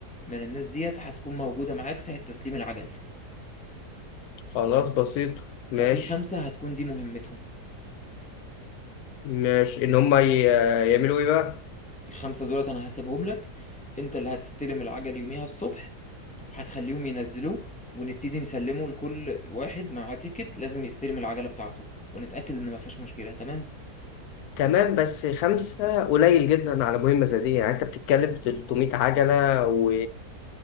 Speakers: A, in the centre; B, on the left (about 70°).
A: من الناس ديت هتكون موجودة معاك ساعة تسليم العجل
B: خلاص بسيط ماشي
A: ففي خمسة هتكون دي مهمتهم
B: ماشي ان هم ي- يعملوا ايه بقى
A: الخمسة دولت أنا هسيبهم لك أنت اللي هتستلم العجل يوميها الصبح وهتخليهم ينزلوه ونبتدي نسلمه لكل واحد مع تيكت لازم يستلم العجلة بتاعته ونتأكد إن مفيهاش مشكلة تمام
B: تمام بس خمسة قليل جدا على مهمة زي دي يعني انت بتتكلم في 300 عجلة و...